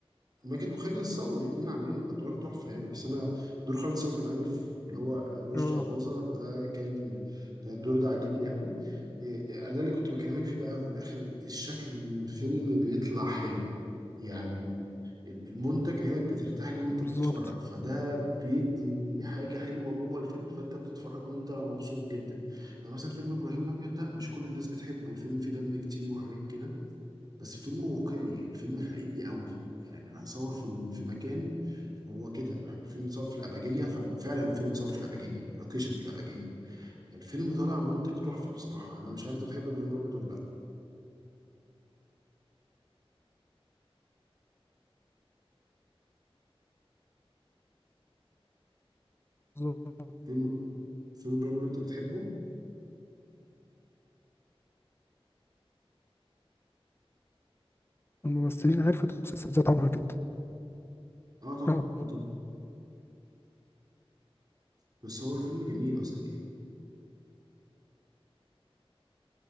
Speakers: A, on the right; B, on the left.
A: ماجد وخالد الصاوي الاثنين عاملين ادوار تحفه يعني بس انا دور خالد الصاوي كان عامل في- اللي هو رشدي
B: اه
A: اباظه ده كان كان الدور ده عاجبني قوي إيه، انا اللي كنت بكلمك فيه بقى في الاخر الشكل إن الفيلم بيطلع حلو يعني المنتج عينك بترتاح ليه وانت
B: بالظبط
A: بتتفرج فده بيدي حاجه حلوه جوه الفيلم فانت بتتفرج وانت مبسوط جدا يعني مثلا فيلم ابراهيم الابيض ده مش كل الناس بتحبه الفيلم فيه دم كتير وحاجات كده بس فيلم واقعي الفيلم حقيقي قوي يعني راح صور في في مكان هو كده يعني الفيلم اتصور في الأبجية ففعلا الفيلم اتصور في الأبجية اللوكيشن في الأبجية الفيلم طالع منتج تحفة بصراحة أنا مش عارف أنت بتحب إبراهيم الأبيض ولا لأ
B: بالظبط.
A: فيلم فيلم إبراهيم الأبيض أنت بتحبه؟
B: الممثلين عرفت السلسلة ذات عمرها كده
A: أه طبعا
B: اه
A: أه طبعا بس هو الفيلم جميل أصلا يعني